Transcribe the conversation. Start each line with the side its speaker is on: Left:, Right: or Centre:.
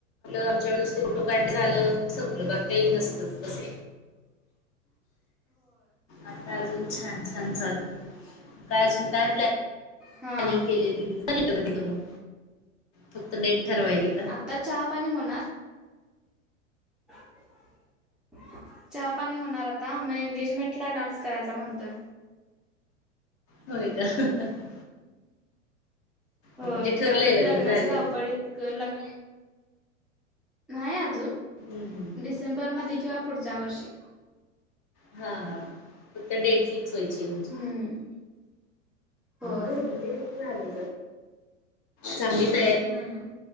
Left: आमच्या नुसते फोटो काढले झालं संपलं बाकी काही नसत तस
Centre: ह
Left: आता अजून छान छान चालू काय अजून काय प्लॅन....
Centre: हा
Left: लनीग केलं दिदीच पलीकड दिल मग... फक्त डेट ठरवायची का
Centre: आता चहा पाणी होणार.... कशी झाली.... चहापाणी होणार आता मग एंग्जमेंट ला डान्स करायचा म्हणतोय...
Left: होय का हा हा हा....
Centre: होय
Left: ह म्हणजे ठरलंय
Centre: कारण
Left: लग्न
Centre: लग्नाच्या
Left: झालेलं...
Centre: धावपळीत लग्न नाही अजून
Left: हम्म, हम्म, हम्म.
Centre: डिसेंबरमध्ये किंवा पुढच्या वर्षी...
Left: हा हा फक्त डेट फिक्स व्हायची आहे म्हणजे....
Centre: हम्म होय
Left: बर घरून नाही आलं.. चांगले आहेत...
Centre: हम्म....